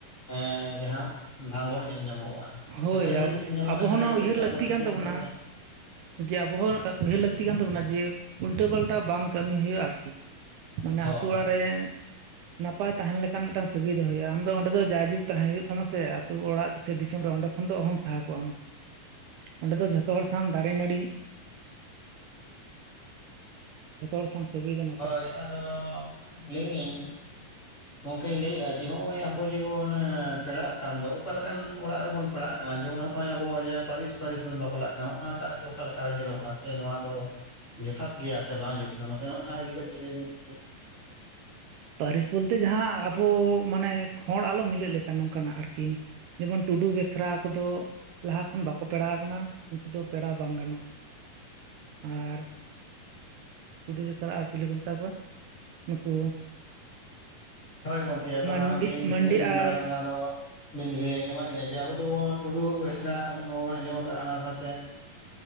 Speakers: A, on the left (about 25°); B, on the right (about 75°).
A: <unintelligible> ᱡᱟᱦᱟᱸ ᱵᱷᱟᱸᱜᱚᱲ ᱧᱮᱞ ᱧᱟᱢᱚᱜᱼᱟ᱾
B: ᱦᱳᱭ
A: ᱮᱯᱮᱨ ᱦᱮᱸᱰᱮᱡ
B: ᱟᱵᱚ
A: ᱧᱮᱞ ᱧᱟᱢᱚᱜᱼᱟ
B: ᱟᱵᱚ
A: ᱮᱯᱮᱨ
B: ᱦᱚᱸ
A: ᱦᱮᱸᱰᱮᱡ
B: ᱱᱚᱣᱟ ᱩᱭᱦᱟᱹᱨ
A: ᱠᱟᱛᱮ
B: ᱞᱟᱹᱠᱛᱤ
A: ᱟᱫᱚ ᱮᱴᱠᱮᱴᱚᱬᱮ
B: ᱠᱟᱱ ᱛᱟᱵᱚᱱᱟ᱾ ᱡᱮ ᱟᱵᱚ ᱦᱚᱸ ᱩᱭᱦᱟᱹᱨ ᱞᱟᱹᱠᱛᱤ ᱠᱟᱱ ᱛᱟᱵᱚᱱᱟ ᱡᱮ ᱩᱞᱴᱟᱹ ᱯᱟᱞᱴᱟ ᱵᱟᱝ ᱠᱟᱹᱢᱤ ᱦᱳᱭᱳᱜᱼᱟ ᱟᱨᱠᱤ ᱢᱟᱱᱮ
A: ᱦᱳᱭ
B: ᱟᱹᱛᱩ ᱚᱲᱟᱜ ᱨᱮ ᱱᱟᱯᱟᱭ ᱛᱟᱦᱮᱱ ᱞᱮᱠᱟᱱ ᱢᱤᱫᱴᱟᱝ ᱥᱟᱹᱜᱟᱹᱭ ᱫᱚᱦᱚ ᱦᱩᱭᱩᱜ-ᱟ ᱟᱢ ᱫᱚ ᱚᱸᱰᱮ ᱫᱚ ᱡᱟᱭᱡᱩᱜᱽ ᱛᱟᱦᱮᱸ ᱦᱳᱭᱳᱜ ᱛᱟᱢᱟ ᱥᱮ ᱟᱛᱩ ᱚᱲᱟᱜ ᱥᱮ ᱫᱤᱥᱚᱢ ᱨᱮ ᱚᱸᱰᱮ ᱠᱷᱚᱱ ᱫᱚ ᱚᱦᱚᱢ ᱥᱟᱦᱟ ᱠᱚᱜ-ᱟ᱾ ᱚᱸᱰᱮ ᱫᱚ ᱡᱷᱚᱛᱚ ᱦᱚᱲ ᱥᱟᱝ ᱫᱟᱨᱮ ᱱᱟᱹᱲᱤ
A: <unintelligible>
B: ᱡᱷᱚᱛᱚ ᱦᱚᱲ ᱥᱟᱝ ᱥᱟᱹᱜᱟᱹᱭ ᱵᱮᱱ
A: ᱦᱳᱭ ᱟᱨᱚ ᱞᱟᱹᱭ ᱮᱫᱟᱹᱧ ᱜᱚᱝᱠᱮ ᱞᱟᱹᱭᱮᱫᱼᱟ ᱡᱮ ᱱᱚᱜᱼᱚᱭ ᱟᱵᱚ ᱡᱮᱵᱚᱱ ᱯᱮᱲᱟᱜ ᱠᱟᱱ ᱫᱚ, ᱚᱠᱟ ᱞᱮᱠᱟᱱ ᱚᱲᱟᱜ ᱨᱮᱵᱚᱱ ᱯᱮᱲᱟᱜ ᱠᱟᱱᱟ? ᱡᱮᱢᱚᱱ ᱱᱚᱜᱼᱚᱭ ᱟᱵᱚ ᱡᱮ ᱯᱟᱹᱨᱤᱥ ᱯᱟᱹᱨᱤᱥ ᱵᱚᱱ ᱵᱟᱯᱞᱟᱜ ᱠᱟᱱᱟ ᱾ ᱱᱚᱜᱼᱚ ᱱᱚᱣᱟ ᱴᱟᱜ ᱫᱚ ᱚᱠᱟ ᱞᱮᱠᱟ ᱧᱮᱞᱚᱜᱼᱟ? ᱥᱮ ᱱᱚᱣᱟ ᱫᱚ ᱡᱚᱛᱷᱟᱛ ᱜᱮᱭᱟ ᱥᱮ ᱵᱟᱝ ᱡᱚᱛᱷᱟᱛᱷᱟ ᱢᱟᱥᱮ ᱚᱱᱟ ᱤᱫᱤ ᱠᱟᱛᱮ ᱞᱟᱹᱭᱵᱤᱱ ᱾
B: ᱯᱟᱹᱨᱤᱥ ᱵᱚᱞᱛᱮ ᱡᱟᱸᱦᱟᱸ, ᱟᱵᱚ ᱢᱟᱱᱮ ᱠᱷᱚᱲ ᱟᱞᱚ ᱢᱤᱞᱟᱹᱜ ᱞᱮᱠᱟ ᱱᱚᱝᱠᱟᱱᱟᱜ ᱟᱨᱠᱤᱼᱼ ᱡᱮᱢᱚᱱ ᱴᱩᱰᱩ ᱵᱮᱥᱨᱟ ᱠᱚᱫᱚ ᱞᱟᱦᱟ ᱠᱷᱚᱱ ᱵᱟᱠᱚ ᱯᱮᱲᱟ ᱠᱟᱱᱟ, ᱩᱱᱠᱩ ᱫᱚ ᱯᱮᱲᱟ ᱵᱟᱝ ᱜᱟᱱᱚᱜᱼᱟ ᱾ ᱟᱨ ᱴᱩᱰᱩ-ᱵᱮᱥᱨᱟ ᱟᱨ ᱪᱤᱞᱤ ᱠᱚ ᱢᱮᱛᱟ ᱠᱚᱣᱟ ᱱᱩᱠᱩ
A: ᱦᱳᱭ ᱜᱚᱝᱠᱮ ᱟᱫᱚ
B: ᱢᱟᱱᱰᱤ
A: ᱦᱟᱸᱜ ᱟᱹᱵᱤᱱ
B: ᱢᱟᱱᱰᱤ
A: ᱛᱤᱱᱟᱹᱜ ᱵᱤᱱ
B: ᱟᱨ
A: ᱵᱟᱲᱟᱭᱟ ᱾ ᱚᱱᱟ ᱫᱚ ᱵᱤᱱ ᱞᱟᱹᱭ ᱟᱸᱡᱚᱢᱟᱫ ᱞᱤᱧᱟ ᱡᱮ, ᱟᱵᱚ ᱫᱚ ᱴᱩᱰᱩ ᱵᱮᱥᱨᱟ ᱱᱚ ᱵᱚᱱ ᱟᱸᱡᱚᱢ ᱟᱠᱟᱜᱼᱟ ᱚᱱᱟ ᱥᱟᱶᱛᱮ